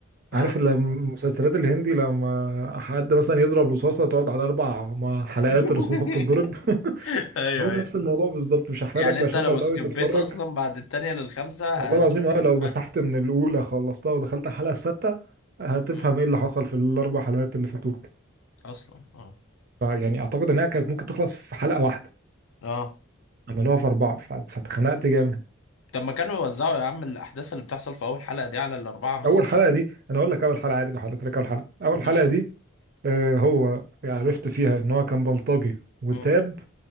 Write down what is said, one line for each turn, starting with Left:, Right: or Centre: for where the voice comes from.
Left: اه
Right: عارف ال- المسلسلات الهندي لما حد مثلا يضرب رصاصة تقعد على أربع م- حلقات
Left: <laughs>
Right: الرصاصة بتتضرب <laughs>
Left: ايوه
Right: هو نفس
Left: ايوه
Right: الموضوع بالظبط مش هحرق
Left: يعني
Right: لك
Left: انت
Right: عشان
Left: لو
Right: لو ناوي
Left: سكبيت
Right: تتفرج
Left: اصلا بعد التانية للخامسة
Right: والله العظيم
Left: مش هتحس
Right: اه لو
Left: بفرق
Right: مسحت من الاولى خلصتها ودخلت على الحلقه السادسه هتفهم
Left: مم.
Right: ايه اللي حصل في الاربع حلقات اللي فاتوك
Left: اصلا اه
Right: فيعني اعتقد انها كانت ممكن تخلص في حلقه واحده
Left: اه
Right: عملوها في اربعه ف- فاتخنقت جامد
Left: طب ما كانوا يوزعوا يا عم الاحداث اللي بتحصل في اول حلقة دي على الاربعة مثلا
Right: اول حلقه دي انا اقول لك اول حلقه عادي لو حضرتك اول حلقه اول
Left: ماشي
Right: حلقه دي آه هو يعني عرفت فيها ان هو كان بلطجي وتاب
Left: مم.